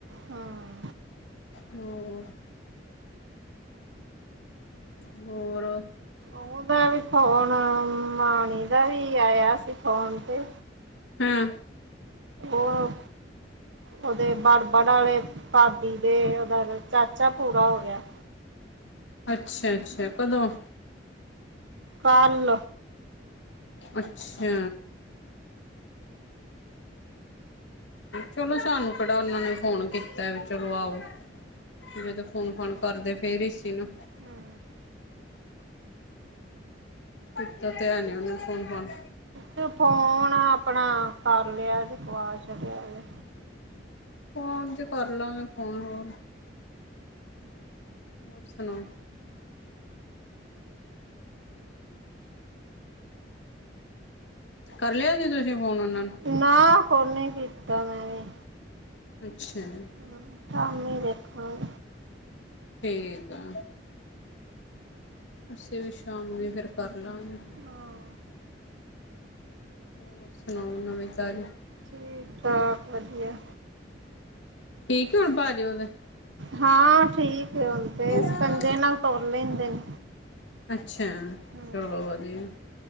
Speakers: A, on the right; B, on the left.
A: ਹਾਂ।
B: ਹੋਰ। ਨੋਰ ਔ।
A: ਓਹਦਾ ਵੀ ਫੋਨ, ਮਾਣੀ ਦਾ ਵੀ ਆਇਆ ਸੀ ਫੋਨ ਤੇ।
B: ਹਅਂ।
A: ਓਹ ਓਦੇ ਬੜਬੜ ਆਲੇ, ਭਾਬੀ ਦੇ ਓਦਾ ਚਾਚਾ ਪੂਰਾ ਹੋ ਗਿਆ।
B: ਅੱਛਾ ਅੱਛਾ, ਕਦੋਂ?
A: ਕਲ।
B: ਅੱਛਾ। ਚਲੋ ਸਾਨੂੰ ਕੇੜਾ ਓਨਾਂ ਨੇ ਫੋਨ ਕੀਤੈ ਵੀ ਚਲੋ ਆਓ। ਜਿਵੇ ਤੇ ਫੋਨ-ਫਾਨ ਕਰਦੇ ਫੇਰ ਈ ਸੀ ਨਾ।
A: ਹੂੰ।
B: ਕੀਤਾ ਤੇ ਹੈ ਨੀ ਓਨੇ ਫੋਨ-ਫਾਨ।
A: ਤੂ ਫੋਨ ਅਪਣਾ ਕਰ ਲਿਆ ਜੇ ਫਵਾ ਛਡਿਆ ਜੇ।
B: ਫੋਨ 'ਚ ਕਰ ਲਾਂਗੇ, ਫੋਨ ਹੋਰ। ਹੋਰ ਸੁਣਾਓ? ਕਰ ਲਿਆ ਸੀ ਤੁਸੀਂ ਫੋਨ ਉਨਾਂ ਨੂੰ?
A: ਨਾ ਕੋਨੀ ਕੀਤਾ ਮੈਂ ਵੀ।
B: ਅੱਛਾ ਜੀ।
A: ਹੂੰ, ਸ਼ਾਮੀ ਵੇਖੋ।
B: ਠੀਕ ਆ। ਅਸੀਂ ਵੀ ਸ਼ਾਮੀ, ਫੇਰ ਕਰ ਲਾਂਗੇ। ਹੋਰ
A: ਹਾਂ।
B: ਹੋਰ ਸੁਣਾਓ, ਨਵੀਂ- ਤਾਜੀ।
A: ਠੀਕ ਠਾਕ ਵਧੀਆ।
B: ਠੀਕ ਏ ਹੁਣ ਪਾਜੀ ਉਹਦੇ।
A: ਹਾਂ ਠੀਕ ਹੁਣ ਦੇ,
B: ਹੈਲੋ
A: ਸਕੰਜੇ ਨਾਲ ਤੁਰ ਲੈਂਦੇ ਨੇ।
B: ਅੱਛਾ,
A: ਹਮ
B: ਚਲੋ ਵਧੀਆ।